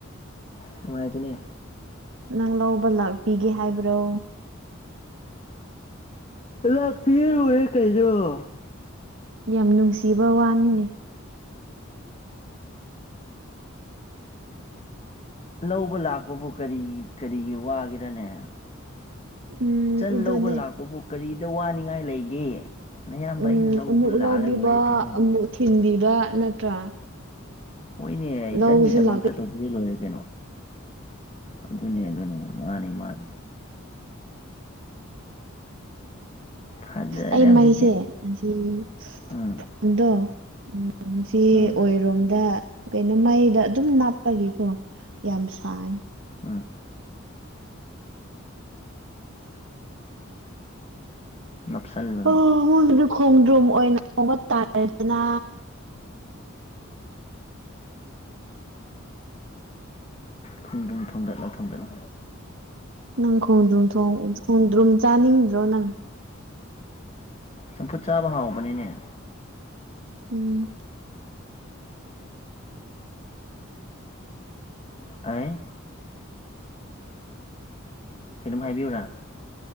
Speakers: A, on the left (about 30°); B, on the right (about 65°).
A: ꯅꯨꯡꯉꯥꯏꯗꯨꯅꯤ
B: ꯅꯪ ꯂꯧꯕ ꯂꯥꯛꯄꯤꯒꯦ ꯍꯥꯏꯕ꯭ꯔꯣ
A: <unintelligible>
B: ꯌꯥꯝ ꯅꯨꯡꯁꯤꯕ ꯋꯥꯅꯤꯅꯦ
A: ꯂꯧꯕ ꯂꯥꯛꯄꯕꯨ ꯀꯔꯤ ꯀꯔꯤꯒꯤ ꯋꯥꯒꯔꯅꯦ
B: ꯎꯝ
A: ꯆꯟ
B: ꯑꯗꯨꯅꯦ
A: ꯂꯧꯕ ꯂꯥꯛꯄꯕꯨ ꯀꯔꯤꯗ ꯋꯥꯅꯤꯡꯉꯥꯏ ꯂꯩꯒꯦ ꯅꯌꯥꯝꯕ
B: ꯎꯝ
A: ꯑꯩꯅ ꯂꯧꯕ
B: ꯑꯃꯨꯛ
A: ꯂꯥꯛꯑꯒ
B: ꯂꯧꯕꯤꯕ
A: ꯂꯣꯏꯔꯦ ꯀꯩꯅꯣ
B: ꯑꯃꯨꯛ ꯊꯤꯟꯕꯤꯕ ꯅꯠꯇ꯭ꯔꯥ
A: ꯍꯣꯏꯅꯦ ꯑꯩ ꯏ
B: ꯂꯧꯕꯁꯨ
A: ꯆꯟꯒꯤꯗꯃꯛꯇ
B: ꯂꯥꯛ
A: ꯇꯧꯕꯗꯤ ꯂꯣꯏꯔꯦ ꯀꯩꯅꯣ ꯑꯗꯨꯅꯤ ꯑꯗꯨꯅꯤ ꯃꯥꯅꯤ ꯃꯥꯅꯤ ꯐꯖꯔꯦ
B: ꯑꯩ
A: ꯍꯧꯖꯤꯛꯇꯤ
B: ꯃꯩꯁꯦꯗꯣ
A: ꯎꯝ
B: ꯎꯝ ꯁꯤ
A: ꯎꯝ
B: ꯑꯣꯏꯔꯣꯝꯗ ꯀꯩꯅꯣ ꯃꯩꯗ ꯑꯗꯨꯝ ꯅꯅꯥꯞꯄꯒꯤꯀꯣ ꯌꯥꯝ ꯁꯥꯏ
A: ꯎꯝ ꯅꯥꯞꯁꯥꯟꯕꯗꯣ
B: ꯑꯣ ꯈꯣꯡꯗ꯭ꯔꯨꯝ ꯑꯣꯏꯅ ꯊꯣꯡꯕ ꯇꯥꯔꯦꯗꯅ
A: ꯈꯣꯡꯗ꯭ꯔꯨꯝ ꯊꯣꯡꯒꯠꯂꯣ ꯊꯣꯡꯒꯠꯂꯣ
B: ꯅꯪ ꯈꯣꯡꯗ꯭ꯔꯨꯝ ꯊꯣꯡ ꯈꯣꯡꯗ꯭ꯔꯨꯝ ꯆꯥꯅꯤꯡꯗ꯭ꯔꯣ ꯅꯪ
A: ꯆꯝꯐꯨꯠ ꯆꯥꯕ ꯍꯥꯎꯕꯅꯤꯅꯦ
B: ꯎꯝ
A: ꯑꯩ ꯀꯩꯅꯣꯝ ꯍꯥꯏꯕꯤꯌꯨꯔꯥ